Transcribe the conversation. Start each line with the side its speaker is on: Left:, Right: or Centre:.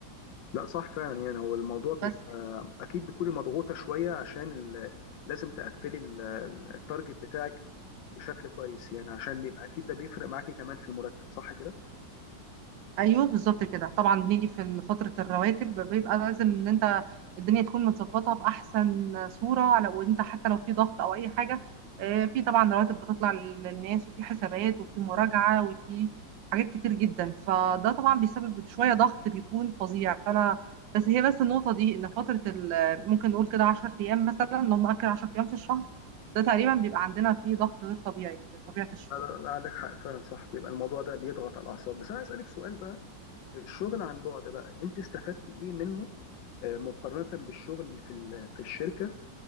Left: لا صح فعلا يعني هو الموضوع بيبقى
Right: بس
Left: اكيد بتكوني مضغوطه شويه عشان ال... لازم تقفلي ال- ال- التارجت بتاعك بشكل كويس يعني عشان بيبقى اكيد ده بيفرق معاكي كمان في المرتب صح كده
Right: ايوه بالظبط كده طبعا بنيجي في ال- فتره الرواتب بيبقى لازم ان انت الدنيا تكون متظبطه باحسن صوره على وانت حتى لو في ضغط او اي حاجه آه، في طبعا رواتب بتطلع للناس وفي حسابات وفي مراجعه وفي حاجات كتير جدا فده طبعا بيسبب شويه ضغط بيكون فظيع فانا بس هي بس النقطه دي ان فتره ال- ممكن نقول كده 10 ايام مثلا لو مأكل 10 ايام في الشهر ده تقريبا بيبقى عندنا فيه ضغط غير طبيعي في طبيعه الشغل
Left: لا لا لا، عندك حق فعلا صح بيبقى الموضوع ده بيضغط على الاعصاب بس انا عايز اسالك سؤال بقى الشغل عن بعد بقى انت استفدت ايه منه آه، مقارنة بالشغل اللي في ال- في الشركة